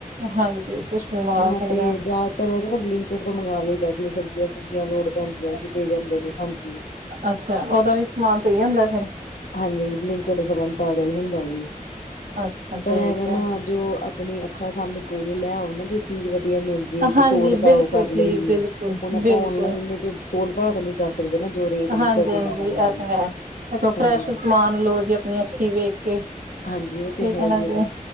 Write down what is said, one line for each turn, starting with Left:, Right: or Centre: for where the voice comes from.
Right: ਹਾਂਜੀ, ਕੁਛ ਵੀ ਮੰਗਵਾ
Left: ਮੈਂ
Right: ਸਕਦੇ
Left: ਤੇ
Right: ਹਾਂ
Left: ਜ਼ਿਆਦਾਤਰ ਵੈਸ ਨਾ ਬਲਿੰਕੇਟ ਤੋਂ ਮੰਗਵਾ ਲਈਦਾ, ਜਿਵੇ ਸਬਜ਼ੀਆਂ ਸੁਬਜੀਆਂ ਲੋੜ ਪੈਂਦੀਆਂ ਜੀ। ਜ ਜਾਂਦੇ ਨੇ ਹਾਂਜੀ,
Right: ਅੱਛਾ, ਉਹਦਾ ਵੀ ਸਮਾਨ ਸਹੀ ਹੁੰਦਾ ਫਿਰ
Left: ਹਾਂਜੀ, ਲਿੰਕਡ ਸੰਬੰ ਤਾਂ ਜਾ ਹੀ ਹੁੰਦਾ ਜੀ
Right: ਅੱਛਾ
Left: ਪਰ
Right: ਠੀਕ
Left: ਐਵੇਂ
Right: ਹੈ,
Left: ਨਾ। ਜੋ ਆਪਣੇ ਅੱਖਾਂ ਸਾਹਮਣੇ ਕੋਲੋਂ ਲੈ ਆਓ, ਨਾ ਜੋ ਚੀਜ਼ ਵਧੀਆ ਮਿਲਦੀ। ਜੇ
Right: ਹਾਂਜੀ
Left: ਜੋ ਤੋਲ ਪਾਓ
Right: ਬਿਲਕੁਲ
Left: ਕਰ ਲਈਏ,
Right: ਜੀ ਬਿਲਕੁਲ,
Left: ਹੁਣ ਆਪਾਂ
Right: ਬਿਲਕੁਲ।
Left: ਔਨਲਾਈਨ ਚ ਤੋਲ ਪਾ ਤਾਂ ਨੀ। ਕਰ ਸਕਦੇ ਨਾ ਜੋ ਰੇਟ ਲਿਖਿਆ,
Right: ਹਾਂਜੀ
Left: ਉਹ ਦੇਣਾ
Right: ਹਾਂਜੀ
Left: ਪੈਂਦਾ
Right: ਇਹ
Left: ਜੀ।
Right: ਤਾਂ ਹੈ। ਫਰੈਸ਼
Left: ਹਾਂਜੀ-ਹਾਂਜੀ,
Right: ਸਮਾਨ ਲੋ ਜੇ ਆਪਣੀ ਅੱਖੀ ਵੇਖ ਕੇ
Left: ਹਾਂਜੀ ਉਹ ਤੇ
Right: ਠੀਕ ਹੈ ਨਾ
Left: ਹੀ
Right: ਜੀ।